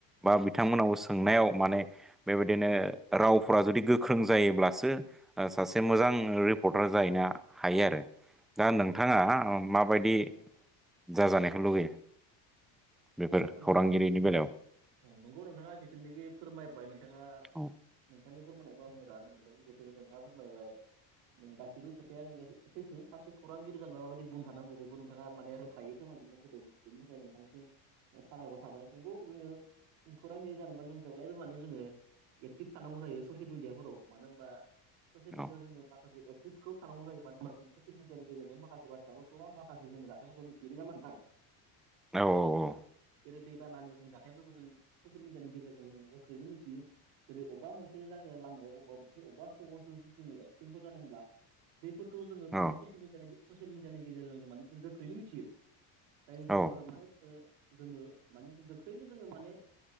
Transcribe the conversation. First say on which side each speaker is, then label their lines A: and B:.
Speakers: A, in the centre; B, on the right (about 80°).
A: बा बिथांमोननाव सों सोंनायाव माने बेबायदिनो रावफ्रा जुदि गोख्रों जायोब्लासो ओ सासे
B: औ
A: मोजां रिपर्टार जाहैनो हायो आरो। दा
B: नंगौ
A: नोंथाङा माबायदि
B: औ
A: जाजानायखौ लुगैयो? बेफोर
B: नोंगौ नोंथाङा
A: खौरांगिरिनि
B: नोंथां
A: बेलायाव
B: नंगौ नोंथाङा जिथुनाखि फोरमायबाय नोंथाङा
A: औ
B: नोंथांनि फोरमायनायखौ आं मोजाङानो मोनदों जिथुनो नोंथाङा फोरमायबाय नों गासिबो खोथाया नोङो हैैथो सासे खौरांगिरि जानोबा माबायदि गुन थानांगौ बेखौ नोंथाङा माने रोंखायो। फोरमायफिनना होदों बेनि थाखाय नोंथांसिम साबायखर थाबाय। नोंगौ जोङो खौरांगिरि जानोबा जों जेब्लायबो माने जोङो एक्टिभ थानांगौ जायो ससियेल मिडियाफोराव। मानो होनबा ससियेल
A: औ
B: मिडियाआव जोंङो माखासे टि खौ थांनांगौ जायो मानो होनबा जों ससियेल मिडियानि गेजेरजों माखासे बाथ्राफोरखौ बा माखासे जों जाथाइफोरखौ मिथियो नङा होनबा नोंथां?
A: औ औ औ
B: जेरै दैबानानि जों जाथाइफोरखौ जों ससियेल मिडियानि गेजेरजों जों गोख्रैनो मिथियो जेरै अबेबा मोनसे बिदिनो जायगाया लामायाव अबेबा मोनसे अबेबा फोर जोङो एक्सिडेन्टफोर जादोंब्ला बेफोरखौ जोङो
A: औ
B: माने सयेल मिदिया-ससियेल मिडियानि गेजेरजों माने जों गोख्रै मिथियो। जायनि
A: औ
B: जाहोनाव जों माने जो-जोङो माने गोख्रैनो जोङो माने